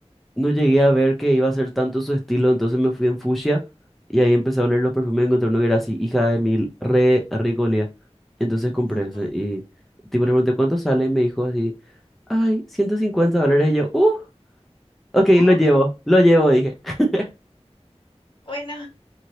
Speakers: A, in the centre; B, on the left.
A: no llegué a ver que iba a ser tanto su estilo, entonces me fui en fucsia y ahí empecé a oler los perfumes y encontré uno que era así, hija de mil, re rico olía. Entonces compré
B: ujú.
A: ese y tipo le pregunté, ¿cuánto sale? Y me dijo así, ay, 150 dólares. Y yo, uh, ok,
B: Uh,
A: lo llevo, lo llevo, dije. <laughs>
B: bueno,